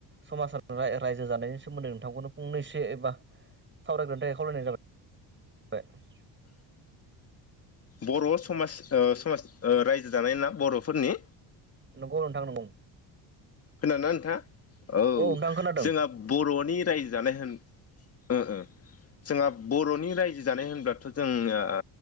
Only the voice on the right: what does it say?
समाज राय रायजो जानायनि सोमोन्दै नोंथांखौनो फंनैसो एबा सावरायग्रोनो थाखाय खावलायनाय जाबाय बाय
नंगौ नोंथां नंगौ
नोंथां खोनादों